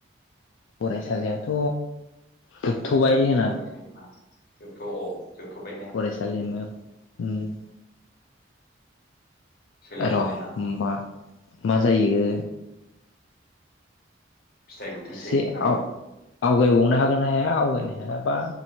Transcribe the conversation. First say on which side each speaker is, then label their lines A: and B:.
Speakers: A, on the left (about 80°); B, on the left (about 50°).
A: फरायसालियाथ' जोबथ'बाय होनना।
B: फरायसालिमा जोबथ' अ जोबथ'बाय ने।
A: फरायसालिमायाव उम
B: सोलोंसालिमा
A: र' मा मा जायो।
B: फिथाइ मोनथोंसै
A: एसे
B: नामा।
A: आव आवगायबावनो हागोन ना हाया आवगायनो हायाबा